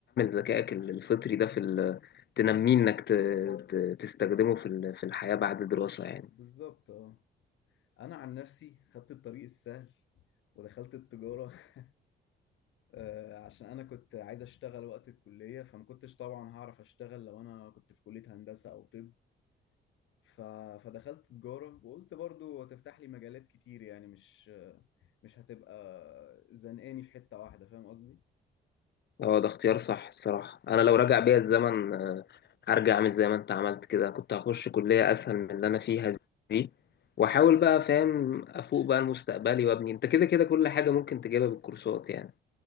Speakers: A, on the left; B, on the left.
A: ذكائك الفطري ده في ال- تنميه إنك ت- ت- تستخدمه في ال- في الحياة بعد الدراسة يعني
B: بالظبط اه انا عن نفسي خدت الطريق السهل ودخلت التجارة <laughs> آه، عشان انا كنت عايز اشتغل وقت الكلية فما كنتش طبعا هعرف اشتغل لو انا كنت في كلية هندسة او طب ف... فدخلت تجارة وقلت برضو هتفتح لي مجالات كتير يعني مش آه، مش هتبقى زنقاني في حتة واحدة فاهم قصدي
A: اه ده اختيار صح الصراحة أنا لو رجع بيا الزمن آه، هرجع أعمل زي ما أنت عملت كده كنت هخش كلية أسهل من اللي أنا فيها دي وأحاول بقى فاهم أفوق بقى لمستقبلي وأبني أنت كده كده كل حاجة ممكن تجيبها بالكورسات يعني